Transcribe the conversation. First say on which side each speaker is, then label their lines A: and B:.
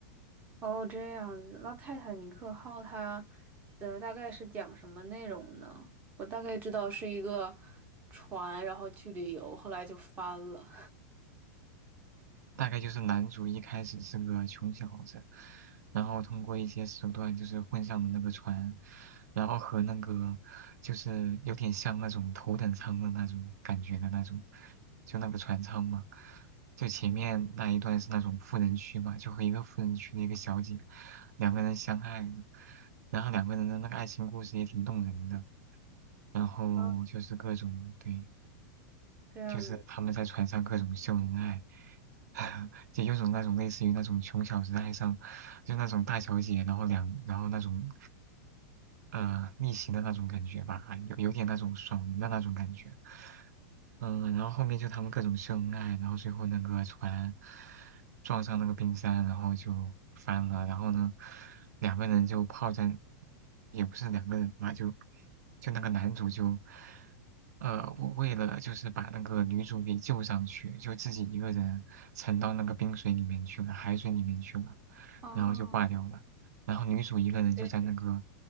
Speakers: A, on the right (about 20°); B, on the right (about 65°).
A: 哦，这样子，那《泰坦尼克号》它的大概是讲什么内容呢？我大概知道是一个船，然后去旅游，后来就翻了。
B: 大概就是男主一开始是个穷小子，然后通过一些手段就是混上了那个船，然后和那个就是有点像那种头等舱的那种感觉的那种，就那个船舱嘛。就前面那一段是那种富人区嘛，就和一个富人区的一个小姐，两个人相爱了，然后两个人的那个爱情故事也挺动人的，然后就是各种对。
A: 啊，这样子，
B: 就是他们在船上各种秀恩爱，<laughs> 就有种那种类似于那种穷小子爱上，就那种大小姐，然后两，然后那种，呃，逆袭的那种感觉吧，有有点那种爽文的那种感觉。嗯，然后后面就他们各种秀恩爱，然后最后那个船撞上那个冰山，然后就翻了，然后呢，两个人就泡在，也不是两个人吧，就就那个男主就，呃，为为了就是把那个女主给救上去，就自己一个人沉到那个冰水里面去了，海水里面去了，
A: 哦，
B: 然后就挂掉了，然后女主一个人就在那个
A: 这